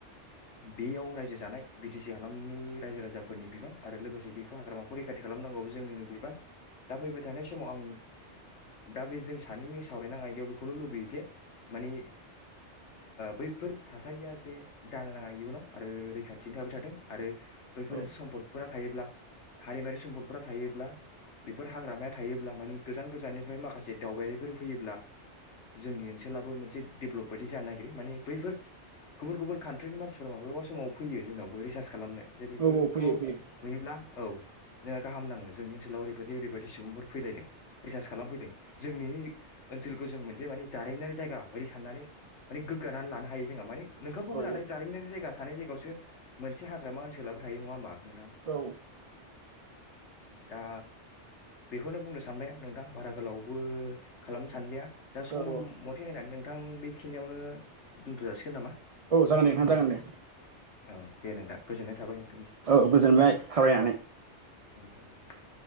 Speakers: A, on the left; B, on the right.
A: बेयाव रायजो जानाय बि टि सि हालामनि रायजो राजाफोरनि बिबान आरो लोगोसे बेखौ हाग्रामा खौ रैखाथि खालामनांगौवा जोंनिनो बिबान दा फैबाय थानाय समाव आं दा बे जों सानैनि सावरायनां आयदायाव बेखौल' लुबैयो जे मानि बैफोर थासारिया जे जानो नाङा इयुनाव आरो रैखाथिनि थाबाय थाथों आरो बैफोर
B: औ
A: सम्पदफोरा हायोब्ला हारिमुवारि सम्पदफोरा थायोब्ला बेफोर हाग्रामाया थायोब्ला मानि गोजान गोजाननिफ्राय माखासे दावबायारिफोर फैयोब्ला जोंनि ओनसोलाबो मोनसे डेभेलप बायदि जानो नागिरो माने बैफोर गुबुन गुबुन कान्ट्रिनि मानसिफोराबो माब्लाबा समाव फैयो जोंनावबो रिसार्च खालामनो जे बेफोरखौ
B: औ औ फैयो फैयो
A: नुयोब्ला औ जोंहा गाहाम नाङो जोंनि ओनसोलाव ओरैबायदि ओरैबायदि सुबुंफोर फैलायदों रिसार्च खालामफैदों जोंनि ओनसोलखौ जों मोनसे माने जारिमिनारि जायगा बायदि साननानै माने गोग्गानानै लानो हायो जोंहा माने नोंखाखौबो
B: औ
A: नालाय जारिमिनारि जायगा थानाय जायगायावसो मोनसे हाग्रामा ओनसोलावबो थायो नङा होमबा नोंथां
B: औ
A: दा बेखौनो बुंनो सानबाय आं नोंथां बारा गोलावबो खालामनो सानलिया दा सम
B: औ औ
A: मथे होननानै नोंथां बेखिनियावनो दोनथ' जासिगोन नामा
B: औ जागोन दे नोंथां जागोन दे
A: औ दे नोंदां गोजोननाय थाबाय नों
B: औ गोजोनबाय सावरायना
A: जब